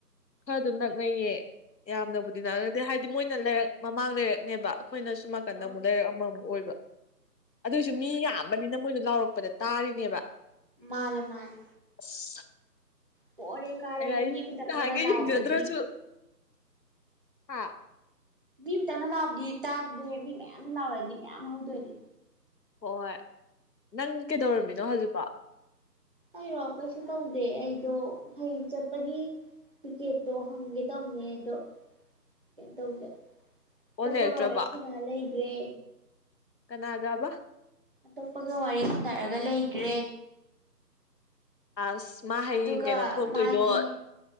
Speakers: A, on the left; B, on the right.
A: ꯈꯔ ꯑꯗꯨꯝ ꯅꯛꯅꯩꯌꯦ ꯌꯥꯝꯅꯕꯨꯗꯤ ꯅꯛꯅꯗꯦ ꯍꯥꯏꯗꯤ ꯃꯣꯏꯅ ꯂꯩꯔꯛ ꯃꯃꯥꯡ ꯂꯩꯔꯛꯅꯦꯕ ꯑꯩꯈꯣꯏꯅ ꯀꯗ
B: ꯑꯥ
A: ꯑꯃꯨꯛ ꯂꯩꯔꯛ ꯑꯃꯃꯨꯛ ꯑꯣꯏꯕ ꯑꯗꯨꯑꯣꯏꯁꯨ
B: ꯎꯝ
A: ꯃꯤ ꯌꯥꯝꯕꯅꯤꯅ ꯃꯣꯏꯗꯣ ꯂꯥꯎꯔꯛꯄꯗ ꯇꯥꯔꯤꯅꯦꯕ
B: ꯃꯥꯅꯦ ꯃꯥꯅꯦ
A: ꯑꯁ
B: ꯄꯣꯔꯦ ꯀꯥꯔꯦꯅ
A: ꯑꯩ ꯍꯥꯏꯁꯤꯅꯤ
B: ꯃꯤ ꯑꯃꯇꯪꯅ
A: ꯅꯍꯥꯟꯒꯩ
B: ꯂꯥꯎꯕꯗꯤ
A: ꯌꯦꯡꯖꯗ꯭ꯔꯁꯨ ꯍꯥ
B: ꯃꯤ ꯑꯃꯇꯪꯅ ꯂꯥꯎꯕꯗꯤ ꯇꯥꯗꯦ ꯃꯤ ꯃꯌꯥꯝꯅ ꯂꯥꯎꯔꯗꯤ ꯃꯌꯥꯝ ꯍꯧꯗꯣꯏꯅꯦ
A: ꯍꯣꯏ ꯅꯪ ꯀꯩꯗꯧꯔꯝꯃꯤꯅꯣ ꯍꯧꯖꯤꯛꯐꯥꯎ
B: ꯍꯥꯏꯔꯣ ꯀꯩꯁꯨ ꯇꯧꯗꯦ ꯑꯩꯗꯣ ꯍꯩꯡ ꯆꯠꯄꯒꯤ ꯇꯤꯀꯦꯠꯇꯣ ꯍꯪꯒꯦ ꯇꯧꯅꯦ ꯑꯗꯣ ꯀꯩꯅꯣ ꯇꯧꯗꯦ
A: ꯑꯣꯜ
B: ꯇꯄꯒ
A: ꯂꯩꯔꯛꯇ꯭ꯔꯕꯣ
B: ꯃꯩꯁꯤ ꯅ ꯏꯒꯦ
A: ꯀꯅꯥꯒꯕ
B: ꯑꯇꯣꯞꯄꯒ ꯋꯥꯔꯤ ꯁꯥꯟꯅꯔꯒ ꯂꯩꯈ꯭ꯔꯦ
A: ꯑꯁ ꯃꯥ ꯍꯌꯦꯡ
B: ꯑꯗꯨꯒ
A: ꯀꯩꯅꯣ ꯊꯣꯛꯇꯣꯏꯗꯣ
B: ꯃꯥꯒꯤ